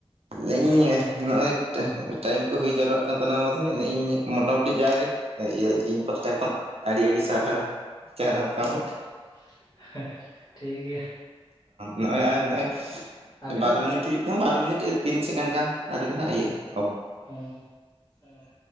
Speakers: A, on the right; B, on the left.
A: ᱞᱟᱹᱭ ᱤᱧ ᱱᱚᱜᱼᱚᱭ, ᱴᱟᱭᱤᱢ ᱠᱚ ᱦᱩᱭ ᱡᱟᱣᱨᱟᱜ ᱠᱟᱱ ᱛᱟᱞᱟᱝ ᱢᱟᱫᱷᱮ ᱤᱧ ᱢᱚᱴᱟᱢᱩᱴᱤ ᱡᱟᱜᱮᱼᱼ ᱤᱭᱟᱹ ᱤᱧ ᱯᱟᱦᱴᱟ ᱠᱷᱚᱱ ᱟᱹᱰᱤ ᱟᱹᱰᱤ ᱥᱟᱨᱦᱟᱣ ᱪᱟᱞ ᱟᱢᱠᱟ. ᱱᱟ. ᱧ ᱾
B: ᱦᱮ <unintelligible> ᱴᱷᱤᱠ ᱜᱮᱭᱟ᱾
A: ᱱᱚᱜᱼᱚᱭ ᱟᱨ ᱱᱚᱜᱼᱚᱭ
B: ᱟᱹᱵᱤᱱᱟᱜ
A: ᱵᱟᱨᱚ
B: ᱴᱟ
A: ᱢᱤᱱᱤᱴᱤ
B: ᱦᱮᱸ
A: ᱵᱟᱨᱚ ᱢᱤᱱᱤᱴ ᱛᱤᱱ ᱥᱮᱠᱮᱱᱰ ᱜᱟᱱ ᱨᱮᱜᱮ ᱦᱟᱸᱜ ᱤᱭᱟᱹᱼᱟ᱾
B: ᱦᱩᱸ ᱦᱩᱸ